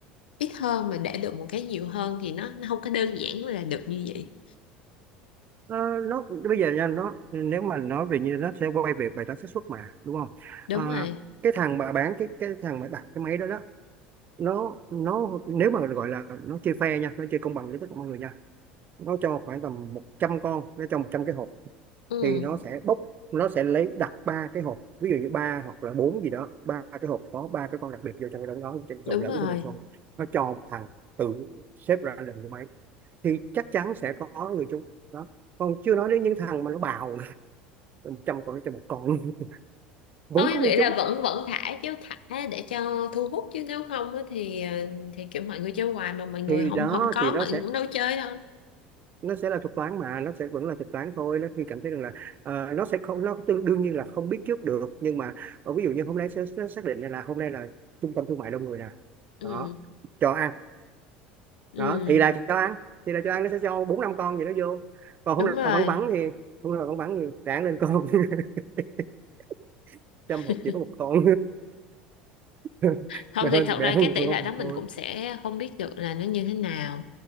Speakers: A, on the left; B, on the right.
A: ít hơn mà để được một cái nhiều hơn thì nó nó không có đơn giản là được như vậy.
B: nó, nó bây giờ nha nó nếu mà nói về như nó sẽ quay về bài toán xác suất mà đúng không
A: Đúng
B: Ờ,
A: rồi.
B: cái thằng mà bán cái cái thằng mà đặt cái máy đó đó nó nó nếu mà gọi là nó chơi fair nha nó chơi công bằng với tất cả mọi người nha nó cho khoảng tầm 100 con nó cho 100 cái hộp
A: Ừ,
B: thì nó sẽ bốc nó sẽ lấy đặt ba cái hộp ví dụ như ba hoặc là bốn gì đó ba cái hộp có ba cái con đặc biệt vô trong cái đó nó trên
A: đúng
B: trộn lẫn
A: rồi.
B: với mình xong nó cho một thằng tự xếp ra làm cái máy thì chắc chắn sẽ có người chúng đó còn chưa nói đến những thằng mà nó bào trăm con cho một con <laughs> vẫn
A: không em
B: có người
A: nghĩ là
B: trúng
A: vẫn vẫn thả chứ thả để cho thu hút chứ nếu không á thì ờ, thì kiểu mọi người chơi hoài mà mọi người
B: thì
A: không
B: đó
A: không có
B: thì nó
A: mọi
B: sẽ
A: người cũng đâu chơi đâu
B: nó sẽ là thuật toán mà nó sẽ vẫn là thuật toán thôi nó khi cảm thấy rằng là ờ, nó sẽ không nó tương đương nhiên là không biết trước được nhưng mà ờ, ví dụ như hôm nay sẽ, sẽ xác định là hôm nay là trung tâm thương mại đông người nè
A: ừ
B: đó cho ăn
A: ừ
B: đó thì là cho ăn thì là cho ăn nó sẽ cho bốn năm con gì đó vô còn
A: đúng
B: hôm nay
A: rồi
B: là vắng vắng thì hôm nay là vắng vắng thì ráng lên con <laughs> trăm hộp
A: <laughs>
B: chỉ có một con <laughs>
A: không
B: mẹ
A: thì
B: hơn
A: thật
B: thì mẹ
A: ra
B: hơn
A: cái tỷ
B: không
A: lệ đó
B: thì
A: mình
B: thôi
A: cũng sẽ không biết được là nó như thế nào